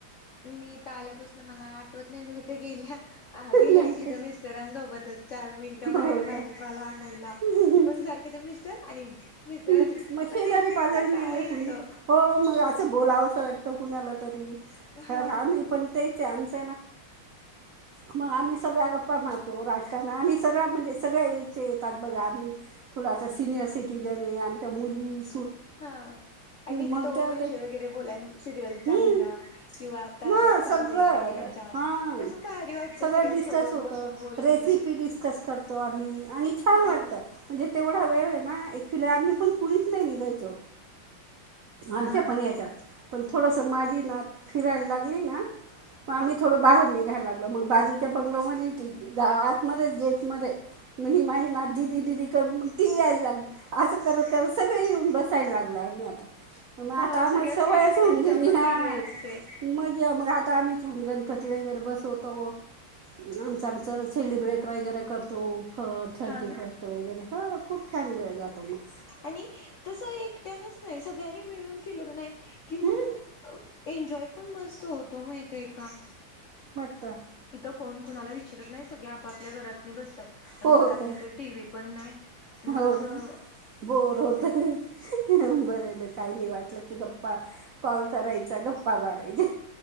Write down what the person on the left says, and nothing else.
मी तर आल्यापासून. मला आठवत नाही मी कुठे गेल्या. हा गेली
असली
तर मिस्टरांसोबतच चार मिनिटं बाहेर
भाजीपाला
आणायला, मग सारखं ते मिस्टर आणि.
मिस्टर आणि मी
पण तेच तेच
कंटाळा
येतं
हा
हा आणि
तो
विषय
वगैरे बोलाय सिरियलचा
म्हणा किंवा आता
चाललय,
काय ह्याच्यात
तेस भारी वाटत,
सगळ्यांसोबत
बसून बोलायला,
अ
हा
हा
हा
सगळे असले
की मज्जा
पण
वेगळी असते
हा ना
आणि तसं एकट्यानच नाही सगळ्यांनी मिळून केलं नाही की मांग
एन्जॉय पण मस्त होतो माहितय का
इथं कोण कुणाला विचारत नाही सगळे आपापल्या घरात बसतात आणि
घरातनी
तर टी व्ही पण नाही मग
असं
हे
होत